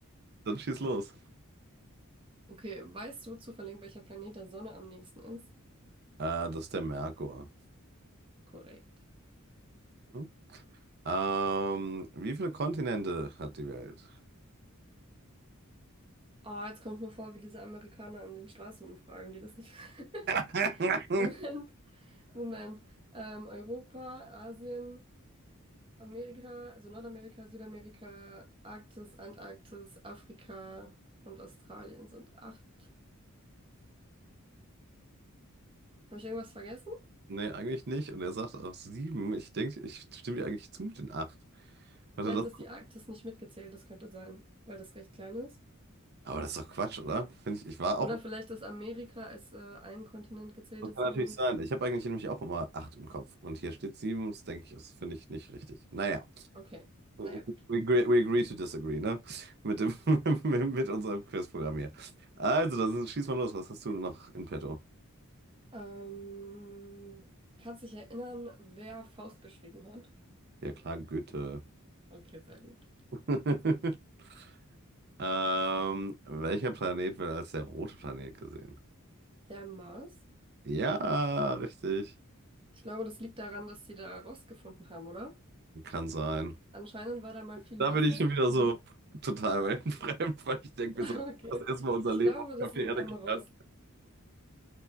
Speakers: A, on the right; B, on the right.
A: Dann schieß los.
B: Okay, weißt du zufällig, welcher Planet der Sonne am nächsten ist?
A: Äh, das ist der Merkur.
B: Korrekt.
A: Hm? Ähm, wie viele Kontinente hat die Welt?
B: Oh, jetzt kommt mir vor, wie diese Amerikaner an den Straßen umfragen, die das nicht.
A: <laughs>
B: <laughs> Moment, Moment. Ähm, Europa, Asien. Amerika, also Nordamerika, Südamerika, Arktis, Antarktis, Afrika und Australien sind acht. Habe ich irgendwas vergessen?
A: Nee, eigentlich nicht. Und er sagt auch sieben. Ich denke, ich stimme dir eigentlich zu mit den acht. Warte,
B: Vielleicht
A: das,
B: ist die Arktis nicht mitgezählt, das könnte sein, weil das recht klein ist.
A: aber das ist doch Quatsch, oder? Finde ich, ich war auch.
B: Oder vielleicht ist Amerika als äh, ein Kontinent gezählt,
A: Das
B: ist
A: kann natürlich
B: irgendwie.
A: sein. Ich habe eigentlich nämlich auch immer acht im Kopf. Und hier steht sieben. Das denke ich, das finde ich nicht richtig. Naja,
B: Okay,
A: we,
B: naja, gut.
A: agree- we agree to disagree, ne? Mit dem, <laughs> mit unserem Quizprogramm hier. Also, dann schieß mal los. Was hast du noch in petto?
B: Ähm, kannst dich erinnern, wer Faust geschrieben hat?
A: Ja, klar, Goethe.
B: Okay, sehr gut.
A: <laughs> Ähm, welcher Planet wird als der rote Planet gesehen?
B: Der Mars.
A: Ja, richtig.
B: Ich glaube, das liegt daran, dass sie da Rost gefunden haben, oder?
A: Kann sein.
B: Anscheinend war da mal viel
A: Da
B: Wasser
A: bin ich schon wieder so
B: und
A: total weltenfremd, weil ich denke, wir
B: Okay.
A: sollten das erstmal unser
B: Ich
A: Leben
B: glaube,
A: auf
B: das
A: der
B: liegt
A: Erde
B: am
A: klären.
B: Rost.